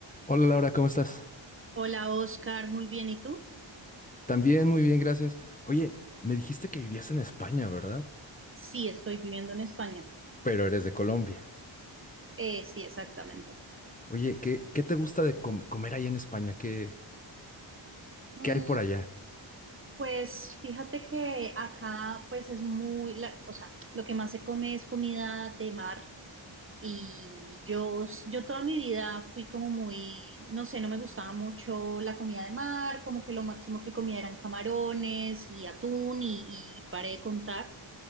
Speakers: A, on the left; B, on the right.
A: Hola Laura, ¿cómo estás?
B: Hola Oscar, muy bien. ¿Y tú?
A: También muy bien, gracias. Oye, me dijiste que vivías en España, ¿verdad?
B: Sí, estoy viviendo en España.
A: Pero eres de Colombia.
B: Eh, sí, exactamente.
A: Oye, ¿qué, qué te gusta de com- comer allá en España? ¿Qué,
B: Mm,
A: qué hay por allá?
B: pues fíjate que acá pues es muy, la- o sea, lo que más se come es comida de mar y yo, s- yo toda mi vida fui como muy, no sé, no me gustaba mucho la comida de mar, como que lo máximo que comía eran camarones y atún y, y paré de contar.